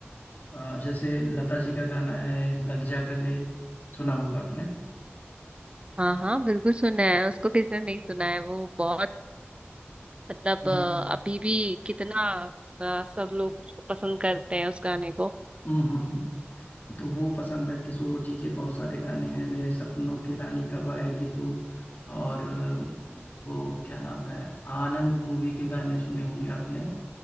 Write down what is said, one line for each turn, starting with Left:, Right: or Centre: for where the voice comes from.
Left: अ, जैसे लता जी का गाना है लग जा गले सुना होगा आपने
Right: हाँ हाँ बिल्कुल सुना है उसको किसने नहीं सुना है वो बहुत मतलब
Left: हम्म
Right: अ, अभी भी कितना अ, सब लोग उसको पसंद करते हैं उस गाने को
Left: हम्म हम्म, हम्म। तो वो पसंद है किशोर जी के बहुत सारे गाने हैं मेरे सपनों की रानी कब आएगी तू और अ, वो क्या नाम है आनंद मूवी के गाने सुने होंगे आपने